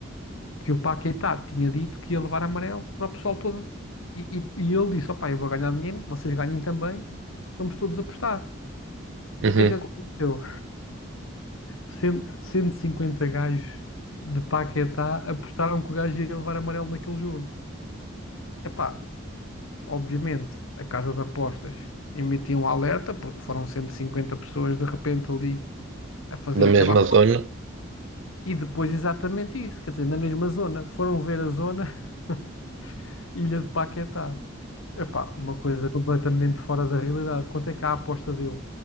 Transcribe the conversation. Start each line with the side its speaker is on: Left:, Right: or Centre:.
Left: que o Paquetá tinha dito que ia levar amarelo para o pessoal todo. E, e, e ele disse: opá, eu vou ganhar dinheiro, vocês ganhem também, vamos todos apostar. Então,
Right: uhum.
Left: o que é que aconteceu? Cento- 150 gajos de Paquetá apostaram que o gajo ia levar amarelo naquele jogo. Epá, obviamente, a casa de apostas emitiu um alerta, porque foram 150 pessoas de repente ali a fazer
Right: Da mesma
Left: aquela aposta.
Right: zona.
Left: E depois exatamente isso, quer dizer, na mesma zona. Foram ver a zona <laughs> Ilha de Paquetá. Epá, uma coisa completamente fora da realidade. Quanto é que há a aposta dele?